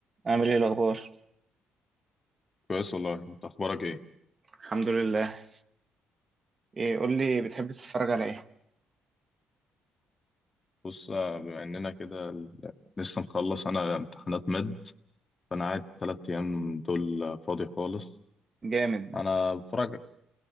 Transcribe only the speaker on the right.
عامل ايه الاخبار
الحمد لله ايه قول لي بتحب تتفرج على ايه
جامد